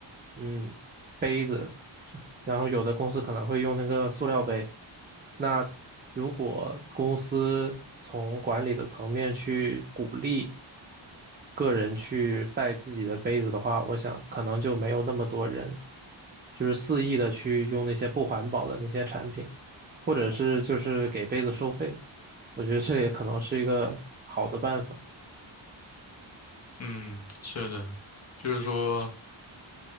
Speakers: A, on the right; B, on the left.
A: 嗯杯子，然后有的公司可能会用那个塑料杯。那如果公司从管理的层面去鼓励个人去带自己的杯子的话，我想可能就没有那么多人就是肆意的去用那些不环保的那些产品，或者是就是给杯子收费。我觉得这也可能是一个好的办法。
B: 嗯，是的，就是说，